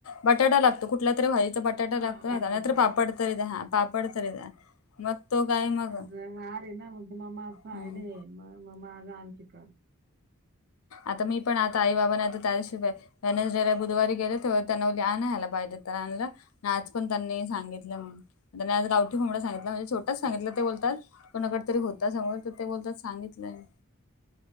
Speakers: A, on the left; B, on the right.
A: बटाटा लागतो कुठ तरी भाजीचा बटाट पटाटा
B: हा
A: लागतो नाही
B: बटाटा
A: नाहीतर
B: लागतो
A: पापड तरी द्या हा पापड तर द्या मग तो काय मग
B: मग मरे ना मग त मम्मा आज फ्रायडे
A: हम्म
B: आहे मग मम्मा आज रान चिकन
A: आता मी पण आता आई बाबाना आता त्याशिवाय त्यां ज्याला बुधवारी गेले तेव्हा त्यांनाली आणायला पाहिजे आणला आज पण त्यांनी सांगितलं म्ह त्यांनी आज गावठी कोंबडा सांगितलं म्हणजे छोटाच सांगितलं ते बोल कोणाकडे तरी होता समोर तर ते बोलतात सांगितलंय